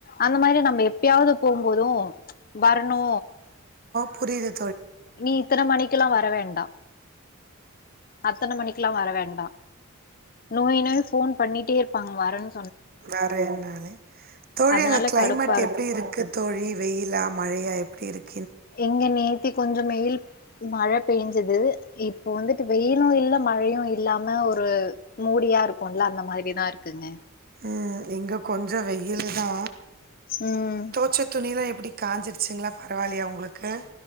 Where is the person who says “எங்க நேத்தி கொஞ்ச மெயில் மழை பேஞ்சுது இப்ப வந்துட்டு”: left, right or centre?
Left